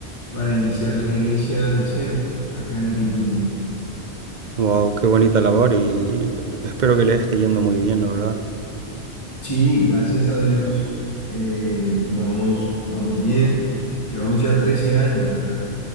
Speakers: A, on the left; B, on the right.
A: para iniciar la iglesia de cero, acá en Argentina.
B: Wow, qué bonita labor y espero que le esté yendo muy bien, la verdad.
A: Sí, gracias a Dios, eh, vamos, vamos bien. Llevamos ya 13 años acá.